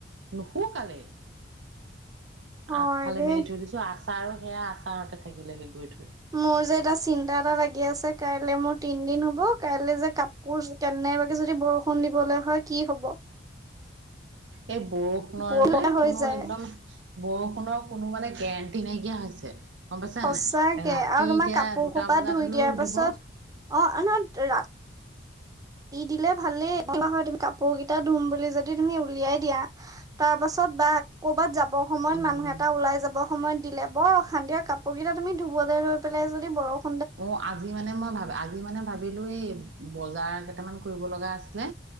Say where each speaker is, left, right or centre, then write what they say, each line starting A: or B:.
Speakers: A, on the right; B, on the right.
A: নুশুকালে
B: হয়
A: আগফালে
B: দেই।
A: মেলি থৈ দিছো আ াৰো সেয়া আচাৰতে থাকিলে গৈ থ
B: মোৰ যে এটা চিন্তা এটা লাগি আছে কাইলে মোৰ তিন দিন হ'ব কাইলে যে কাপোৰ কেনেবাকে যদি বৰষুণ দিবলে হয় কি হ'ব।
A: এই বৰষুণৰ
B: বৰষুণ
A: যে
B: হৈ
A: কোনো
B: যায়।
A: একদম বৰষুণৰ কোনো মানে গেৰেণ্টি নাইকিয়া হৈছে। গম পাইছা
B: সঁচাকে
A: নাই ৰাতি
B: আৰু তোমাৰ
A: এতিয়া
B: কাপোৰ
A: দুটা
B: কোপা
A: বজাত
B: ধুই
A: হলেও
B: দিয়াৰ পাছত
A: দিব
B: অ', ন' ৰা দিলে ভালেইা হয় তুমি কাপোৰ কেইটা ধুম বুলি যদি তুমি উলিয়াই দিয়া তাৰ পাছত বা কৰবাত যাব ব সময়ত
A: উম
B: মানুহ এটা ওলাই যাব সময়ত দিলে বৰ অশান্তি আৰু কাপোৰ কেইটা তুমি ধুবলৈ লৈ পেলাই যদি বৰষণ
A: অ', আজি মানে মই, ভাব, আজি মানে ভাবিলো এই বজাৰটা কেইটামান কৰিব লগা আছিলে।